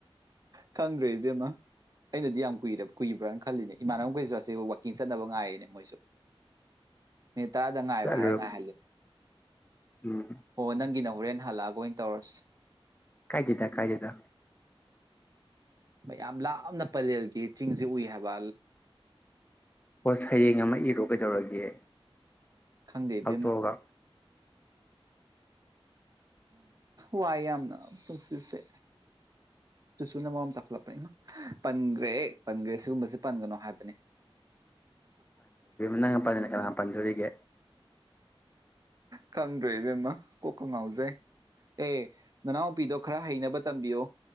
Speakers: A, on the right; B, on the left.
A: ꯈꯪ꯭ꯔꯦ ꯏꯕꯦꯃ ꯑꯩꯅꯗꯤ ꯌꯥꯝ ꯀꯨꯏꯔ ꯀꯨꯏꯕ꯭ꯔꯅ ꯈꯜꯂꯤꯅꯦ ꯏꯃꯥꯟꯅꯕꯈꯩꯁꯨ ꯑꯁꯦ ꯋꯀꯤꯡ ꯆꯠꯅꯕ ꯉꯥꯏꯔꯤꯦꯅꯦ ꯃꯣꯏꯁꯨ ꯃꯤꯅꯤꯠ ꯇꯔꯥꯗ ꯉꯥꯏꯌꯨ
B: ꯆꯠꯂꯨꯔ
A: ꯍꯥꯏꯔ ꯉꯥꯏꯍꯜꯂꯤꯅꯦ
B: ꯎꯝ
A: ꯑꯣ ꯅꯪꯒꯤꯅ ꯍꯣꯔꯦꯟ ꯍꯜꯂꯛꯑꯒ ꯑꯣꯏꯅ ꯇꯧꯔꯁꯤ
B: ꯀꯥꯏꯗꯗ ꯀꯥꯏꯗꯦꯗ
A: ꯃꯌꯥꯝ ꯂꯥꯞꯅ ꯄꯂꯦꯜꯒꯤ ꯆꯤꯡꯁꯦ ꯎꯏ ꯍꯥꯏꯕ
B: ꯍꯣꯁ ꯍꯌꯦꯡ ꯑꯃ ꯏꯔꯣ ꯀꯩꯗꯧꯔꯒꯦ
A: ꯈꯪꯗꯦ ꯕꯦꯝꯃ
B: ꯐꯥꯛꯇꯣꯛꯑꯒ
A: ꯋꯥꯏ ꯌꯥꯝꯅ ꯄꯁꯤꯁꯦ ꯁꯨꯅ ꯃꯔꯝ ꯇꯥꯛꯂ ꯄꯟꯈ꯭ꯔꯦ ꯑꯦ ꯄꯟꯈ꯭ꯔꯦ ꯁꯤꯒꯨꯝꯕꯁꯦ ꯄꯟꯒꯅꯣ ꯍꯥꯏꯕꯅꯤ
B: ꯅꯪꯅ ꯄꯟꯗꯅ ꯀꯅꯥꯅ ꯄꯥꯟꯗꯣꯔꯤꯒꯦ
A: ꯈꯪꯗ꯭ꯔꯦ ꯏꯕꯦꯝꯃ ꯀꯣꯛꯀ ꯉꯥꯎꯖꯩ ꯑꯦ ꯅꯅꯥꯎꯨꯄꯤꯗꯣ ꯈꯔ ꯍꯩꯅꯕ ꯇꯝꯕꯤꯌꯨ